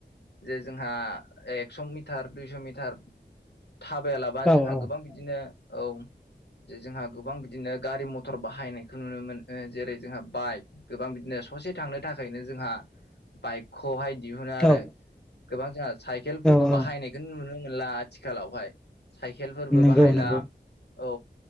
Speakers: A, on the left; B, in the centre.
A: जे जोंहा एक्स' मिटार, दुइस' मिटार थाबायालाबा
B: औ
A: जोंहा
B: औ
A: गोबां बिदिनो औ जे जोंहा गोबां बिदिनो गारि-मटर बाहायनायखौ नुनो मोनो जेरै जोंहा बाइक गोबां बिदिनो ससे थांनो थाखायनो जोंहा बाइकखौहाय दिहुनो आरो
B: औ
A: गोबां जोंहा साइकेलफोरखौ
B: औ औ
A: बाहायनायखौ नुनो मोनला आथिखालावहाय साइकेलफोरबो
B: नंगौ
A: बाहायला
B: नंगौ
A: औ